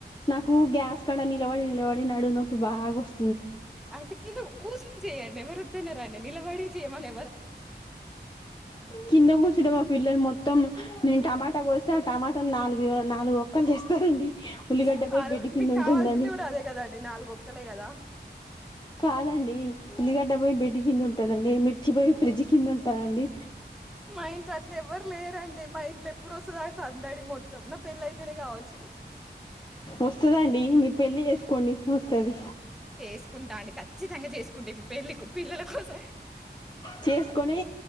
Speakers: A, on the left; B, in the centre.
A: నాకు గ్యాస్ కడ నిలబడి నిలబడి నడు నొప్పి బాగా ఒస్
B: అయితే కింద కూర్సొని చేయండి ఎవరు అ తిన్నారండి నీలవాడి చే మలే
A: కింద కూచ్చట మా పిల్లది మొత్త త్తం నేను టమాటా కోస్తే ఆ టమాటా నాలుగు నాలుగు ఒక్కలు చేస్తారండి ఉల్లిగడ్డ
B: స్
A: పోయి
B: ఆవ్
A: బెడ్ కింద
B: మీకు
A: ఉంటుందండి
B: కావాల్సింది కూడా అదే కదండి నాలుగొక్కలే కదా
A: కాదండి ఉల్లిగడ్డ పోయి బెడ్డి కిందుంటదండి మిర్చి బొయి ఫ్రిడ్జ్ కింద ఉంటదండి
B: మా ఇంట్లో అట్ల ఎవ్వరు లేరండి మా ఇంట్లో ఎప్పుడు ఒస్తద ఆ సందడి మొత్తం నా పెళ్ళయితేనే కావచ్చు
A: వస్తుదండి మీరు పెళ్లి చేసుకోండి వస్తది
B: చేసుకుంటాండి ఖచ్చితంగా చేస్ కుంట ఇప్పుడు పెళ్లి పిల్లల కోసం
A: చేసుకొని